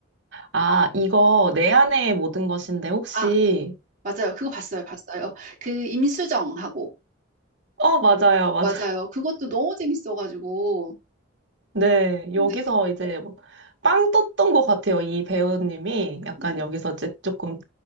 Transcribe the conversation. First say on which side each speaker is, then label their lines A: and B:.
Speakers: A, on the right; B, on the right.
A: 아, 이거 내 안의 모든 것인데 혹시
B: 아, 맞아요. 그거 봤어요, 봤어요. 그 임수정하고.
A: 어, 맞아요. 맞아요.
B: 맞아요. 그것도 너무 재밌어가지고.
A: 네, 여기서
B: 네,
A: 이제 뭐빵 떴던 것 같아요. 이 배우님이 약간
B: 음,
A: 여기서 이제 조금